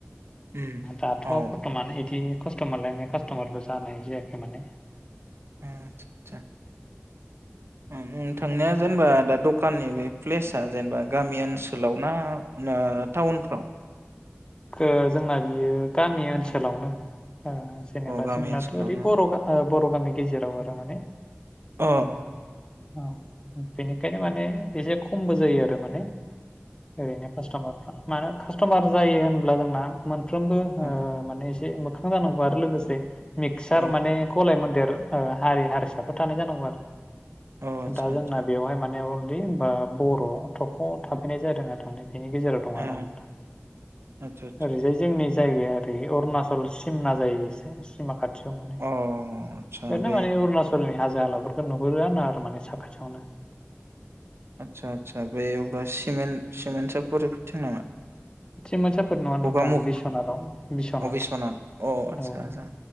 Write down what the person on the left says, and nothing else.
दाथ
बरथमान इदि खस्ट मोनलायनाय कास्टमारबो जानाय जायाखै माने
ओ,
ओ जोंना बियो गामि ओनसोलावनो
जेनेबा
जोंनाथ
ओरै बर ओ बर गामि गेजेराव आरो माने
ह औ। बेनिखायनो मा ने
एसे खमबो जायो आरो दो माने ओरैनो कास्टमारफ्रा मानो कास्टमार जायो हो ब्ला जोंना मोन फ्रोमबो
ओ माने इसे खां जानागोबा आरो लोगोसे मिक्सार
माने गलाय मोनदेर ओ आरो हारि हारिसाफोर थानाय जानांगौ आरो
दा
जोंना बेवहाय माने अ बि बा बर थख थाफैनाय जादों आधनिक बिनि गेजेराव दं आरो
आं दा।
ओरैजाय जोंनि जायगाया ओरै अरुणनाचल सिमना जायो एसे सिमा खाथ थियाव माने
ओरैनो
माने रुणचलनि हाज जो ला फोरखौ नुहुरोआ न आरो माने साखाथियावनो।
चेमोनसाब फोर नङा नोंथाङा
बिस्वनाथ आव बिस्वनाथ
औ